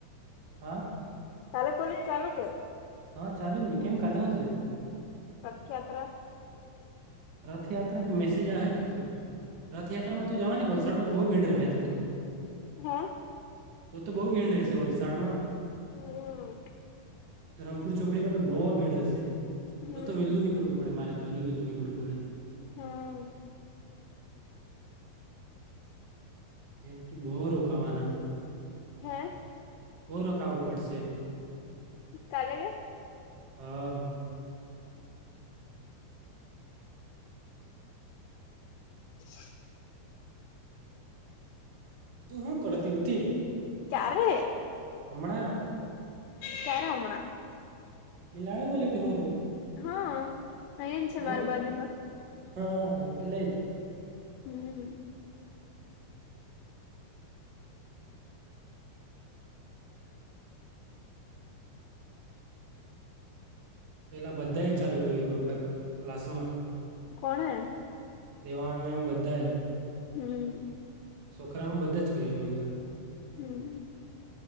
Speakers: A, on the right; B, on the left.
A: હા.
B: કાલે કોલેજ ચાલુ કે.
A: હા ચાલુ જ ને કેમ કાલે હું છે.
B: રથ યાત્રા.
A: રથયાત્રા કે મેસેજ આવે હતું તો રથયાત્રામાં તું જવાની વલસાડ માં તો બહુ ભીંડ રહેવા હતું હતું.
B: હમ.
A: તો તો બહુ ભીડ રહેશે વલસાડમાં
B: હમ.
A: ધરમપુર ચોકડીમાં તો બહુ ભીડ રહેશે
B: હમ
A: તો તો વેહેલું નીકળવું પડે મારે તો હજુ વહેલુ નીકળું પડે.
B: હા.
A: કેમ કે બો રોકાવાના.
B: હે.
A: બો રોકાવ પડશે.
B: તાલે ગ.
A: હા.
B: હ <inaudible>
A: તું હું કરતી હોતી.
B: ક્યારે.
A: હમણાં.
B: કયારે હમણાં
A: બિલાડા બોલે કે હું રે.
B: હા અહીજ છે
A: બો
B: મારી બાજુમાં.
A: હા એટલે જ.
B: હમ.
A: પેલા બધા એ ચાલુ કર્યું આપણા ક્લાસમાં.
B: કોણે.
A: દેવાંગન બધાય.
B: હમ.
A: છોકરામાં બધા જ કરી મીલા.
B: હમ.